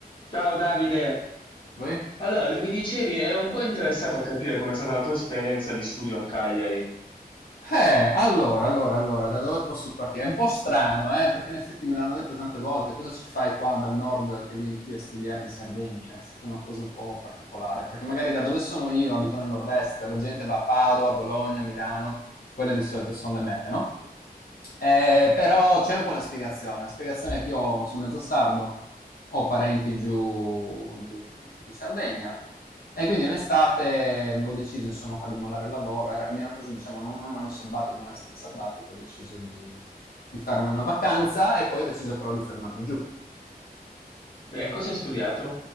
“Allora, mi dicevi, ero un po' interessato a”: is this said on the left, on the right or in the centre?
Left